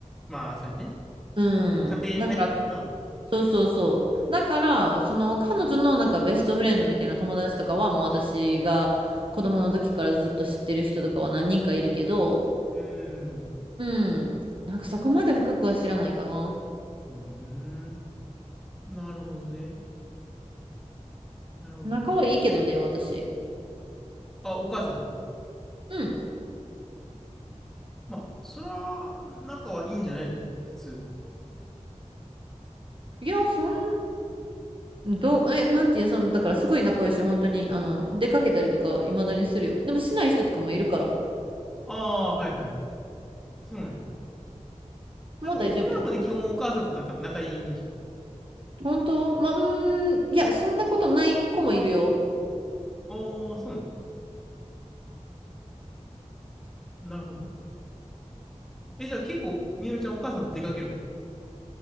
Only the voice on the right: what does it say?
う
ん。だからそうそうそう。だから、その彼女のなんかベストフレンドみたいな友達とかはもう私が子供の時からずっと知ってる人とかは何人かいるけど、
うん。なんかそこまで深くは知らないかな。
仲はいいけどね、私。
うん。
いや、そん、どう、え、なんていう、その、だからすごい仲良いし、本当に、あの、出かけたりとか、未だにするよ。でもしない人とかもいるから、
もう大丈夫やで。本当、まあ、うーん、いや、そんなことない子もいるよ。